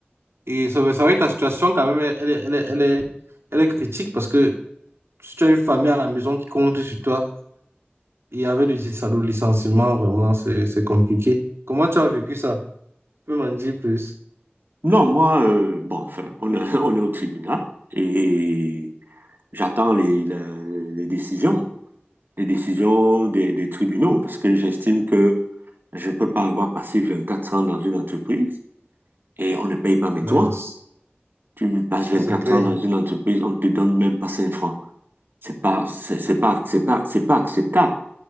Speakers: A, on the right; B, on the right.
A: Et c'est vrai c'est vrai que ta situation, quand même, elle est, elle est, elle est, elle est critique parce que si tu as une famille à la maison qui compte sur toi, et avec du salaud licenciement, vraiment, c'est, c'est compliqué. Comment tu as vécu ça? Tu peux m'en dire plus?
B: Non, moi, euh, bon, enfin, on est, <laughs> on est au tribunal et j'attends les, les les décisions. les décisions des, des tribunaux parce que j'estime que je ne peux pas avoir passé 24 ans dans une entreprise et on ne paye pas mes
A: Nice.
B: droits. Tu passes 24
A: Ça, c'est clair.
B: ans dans une entreprise, on ne te donne même pas 5 francs. C'est pas, c'est c'est pas, c'est pas, c'est pas acceptable.